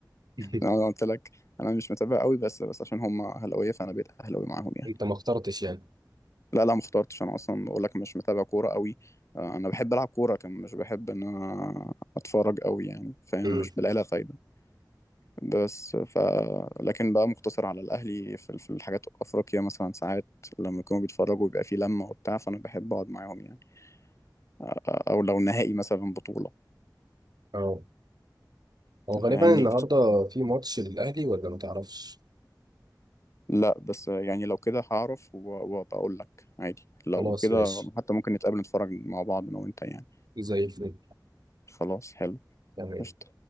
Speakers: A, on the right; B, on the left.
A: <laughs>
B: انا قلت لك انا مش متابع قوي بس بس عشان هم اهلاويه فانا بقيت اهلاوي معاهم يعني
A: انت ما اخترتش يعني
B: لا لا ما اخترتش انا اصلا بقول لك مش متابع كوره قوي آه، انا بحب العب كوره كان مش بحب ان انا اتفرج قوي يعني فاهم
A: امم.
B: مش بلاقي لها فايده بس ف لكن بقى مقتصر على الاهلي في في الحاجات افريقيا مثلا ساعات لما يكونوا بيتفرجوا بيبقى في لمه وبتاع فانا بحب اقعد معاهم يعني آه، آه، او لو نهائي مثلا بطوله
A: اه هو
B: انت
A: غالبا
B: فاهمني
A: النهارده في ماتش للأهلي ولا ما تعرفش
B: لا بس يعني لو كده هعرف و- وبقول لك عادي لو
A: خلاص
B: كده
A: ماشي
B: حتى ممكن نتقابل نتفرج مع بعض انا وانت يعني
A: زي الفل
B: خلاص حلو
A: تمام
B: قشطة.